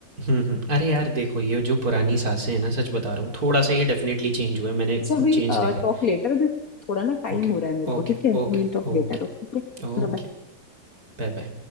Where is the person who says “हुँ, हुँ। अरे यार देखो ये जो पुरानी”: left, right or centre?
Right